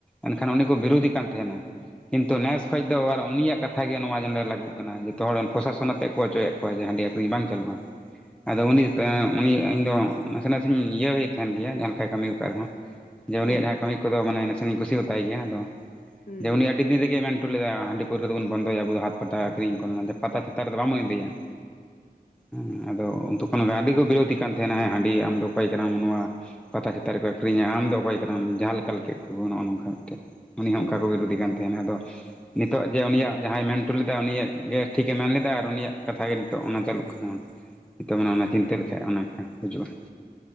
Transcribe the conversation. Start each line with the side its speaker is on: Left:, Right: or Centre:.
Centre: ᱮᱱᱠᱷᱟᱱ ᱩᱱᱤ ᱠᱚ ᱵᱤᱨᱳᱫᱮ ᱠᱟᱱ ᱛᱟᱦᱮᱱᱟ ᱠᱤᱱᱛᱩ ᱱᱮᱥ ᱠᱷᱚᱡ ᱫᱚ ᱟᱨ ᱩᱱᱤᱭᱟᱜ ᱠᱟᱛᱷᱟ ᱜᱮ ᱱᱚᱣᱟ ᱱᱚᱰᱮ ᱞᱟᱹᱜᱩᱜ ᱠᱟᱱᱟ ᱡᱚᱛᱚ ᱦᱚᱲ ᱯᱨᱚᱥᱟᱥᱚᱱ ᱟᱛᱮᱜ ᱠᱚ ᱚᱪᱚᱭᱮᱜ ᱠᱚᱣᱟ ᱡᱮ ᱦᱟᱺᱰᱤ ᱟᱹᱠᱷᱨᱤᱧ ᱵᱟᱝ ᱪᱟᱹᱞᱩᱜ-ᱟ ᱟᱫᱚ ᱩᱱᱤ <unintelligible> ᱩᱱᱤ ᱤᱧ ᱫᱚ ᱱᱟᱥᱮ ᱱᱟᱥᱮᱧ ᱤᱭᱟᱹᱭᱮᱫ ᱛᱟᱦᱮᱱ ᱜᱮᱭᱟ ᱡᱟᱦᱟᱸ ᱞᱮᱠᱟᱭ ᱠᱟᱹᱢᱤ ᱣᱠᱟᱜ ᱨᱮᱦᱚᱸ ᱡᱮ ᱩᱱᱤᱭᱟᱜ
Left: ᱦᱩᱸ
Centre: ᱡᱟᱦᱟᱸ ᱠᱟᱹᱢᱤ ᱠᱚᱫᱚ ᱢᱟᱱᱮ ᱱᱟᱥᱮᱱᱟᱜ ᱤᱧ ᱠᱩᱥᱤ ᱣᱟᱛᱟᱭ ᱜᱮᱭᱟ ᱟᱫᱚ
Left: ᱦᱩᱸ
Centre: ᱡᱮ ᱩᱱᱤ
Left: ᱦᱩᱸ
Centre: ᱟᱹᱰᱤ ᱫᱤᱱ ᱨᱮᱜᱮ ᱢᱮᱱ ᱴᱩ ᱞᱮᱫᱟᱭ ᱦᱟᱺᱰᱤ ᱯᱟᱹᱣᱨᱟᱹ ᱫᱚᱵᱚᱱ ᱵᱚᱱᱫᱚᱭᱟ ᱟᱵᱚ ᱫᱚ ᱦᱟᱛ ᱯᱟᱛᱟ ᱟ. ᱠᱷᱨᱤᱧ ᱠᱚᱨᱮᱱᱟᱜ ᱡᱮ ᱯᱟᱛᱟ ᱪᱷᱟᱛᱟ ᱨᱮᱫᱚ ᱵᱟᱝᱵᱚᱱ ᱤᱫᱤᱭᱟ᱾ ᱦᱩᱸ ᱟᱫᱚ ᱩᱱ ᱛᱚᱠᱷᱚᱱ ᱜᱮ ᱟᱹᱰᱤ ᱠᱚ ᱵᱤᱨᱚᱫᱮ ᱠᱟᱱ ᱛᱟᱦᱮᱱᱟ ᱦᱮᱸ ᱦᱟᱺᱰᱤ ᱟᱢᱫᱚ ᱚᱠᱚᱭ ᱠᱟᱱᱟᱢ ᱱᱚᱶᱟ ᱯᱟᱛᱟ ᱪᱷᱟᱛᱟ ᱨᱮᱠᱚ ᱟᱹᱠᱷᱨᱤᱧᱟ ᱟᱢᱫᱚ ᱚᱠᱚᱭ ᱠᱟᱱᱟᱢ ᱡᱟᱦᱟᱸ ᱞᱮᱠᱟ ᱠᱮᱫ ᱠᱚ ᱱᱚᱜ-ᱚ ᱱᱚᱝᱠᱟ ᱢᱤᱫᱴᱮᱱ ᱩᱱᱤ
Left: ᱦᱩᱸ
Centre: ᱦᱚᱸ ᱚᱝᱠᱟ ᱠᱚ ᱵᱤᱨᱚᱫᱷᱤ ᱠᱟᱱ ᱛᱟᱦᱮᱱᱟ ᱟᱫᱚ ᱱᱤᱛᱚᱜ ᱡᱮ ᱩᱱᱤᱭᱟᱜ ᱡᱟᱦᱟᱸᱭ ᱢᱮᱱᱴᱚ ᱞᱮᱫᱟ ᱩᱱᱤᱭᱟᱜ ᱜᱮ ᱴᱷᱤᱠᱮ ᱢᱮᱱ ᱞᱮᱫᱟ ᱟᱨ ᱩᱱᱤᱭᱟᱜ ᱠᱟᱛᱷᱟ ᱜᱮ ᱱᱤᱛᱚᱜ ᱚᱱᱟ ᱪᱟᱹᱞᱩᱜ <unintelligible> ᱱᱤᱛᱚᱜ ᱢᱟᱱᱮ ᱚᱱᱟ ᱪᱤᱱᱛᱟᱹ ᱞᱮᱠᱷᱟᱡ ᱚᱱᱟ ᱠᱚᱦᱚᱸ ᱦᱩᱡᱩᱜ-ᱟ